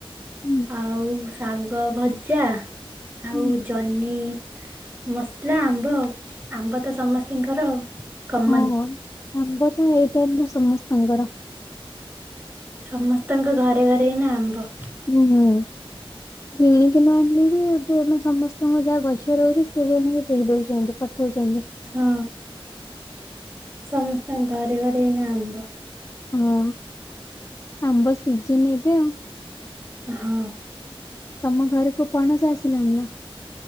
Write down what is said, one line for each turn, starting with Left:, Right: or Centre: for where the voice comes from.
Left: ହୁଁ
Right: ଆଉ ଶାଗ ଭଜା ଆଉ
Left: ହୁଁ
Right: ଜହ୍ନି ମସଲା ଆମ୍ବ ଆଉ ଆମ୍ବ ତ ସମସ୍ତଙ୍କର ଆଉ କମନ
Left: ହଁ ଆମ୍ବ ତ ଏଇ ଟାଇମ୍ ରେ ସମସ୍ତଙ୍କର
Right: ସମସ୍ତଙ୍କ ଘରେ ଘରେ ଏଇନା ଆମ୍ବ।
Left: ହୁଁ ହୁଁ କିଣିକି ନ ଆଣିଲି ବି ଏବେ ଆମେ ସମସ୍ ତୁ ଯାହା ଗଛ ରହୁଛି ସି ବିକି ଦେଇ ଦଉଛନ୍ତି। ପଠଉଛନ୍ତି।
Right: ହଁ। ସମସ୍ତଙ୍କ ଘରେ ଘରେ ଏଇନା ଆମ୍ବ।
Left: ହଁ ଆମ୍ବ ସିଝିନି ଏବେ ଆଉ
Right: ହଁ।
Left: ତମ ଘରକୁ ପଣସ ଆସିଲାଣି ନା?